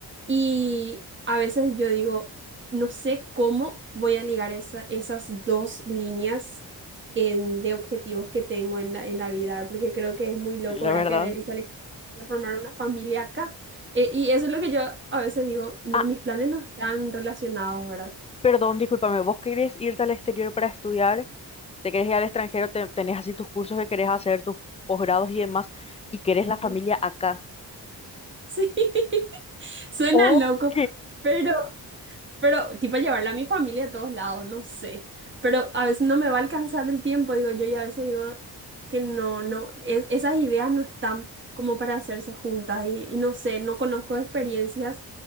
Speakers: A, on the right (about 25°); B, on the left (about 15°).
A: Y a veces yo digo, no sé cómo voy a ligar esa- esas dos líneas en- de objetivos que tengo en la, en la vida, ¿verdad? porque creo que es muy loco,
B: Sí, la
A: ¿verdad?
B: verdad.
A: Querer y salir a formar una familia acá. Eh, y eso es lo que yo a veces digo, no,
B: Ah.
A: mis planes no están relacionados, ¿verdad?
B: Perdón, discúlpame, ¿vos querés irte al exterior para estudiar? ¿Te querés ir al extranjero? te- ¿Tenés así tus cursos que querés hacer, tus posgrados y demás? ¿Y querés la
A: Ujú.
B: familia acá?
A: Sí, <laughs> suena
B: Ok.
A: loco, pero, pero tipo llevarla a mi familia a todos lados, no sé, pero a veces no me va a alcanzar el tiempo, digo yo, y a veces digo que no, no, es- esas ideas no están como para hacerse juntas y, y no sé, no conozco experiencias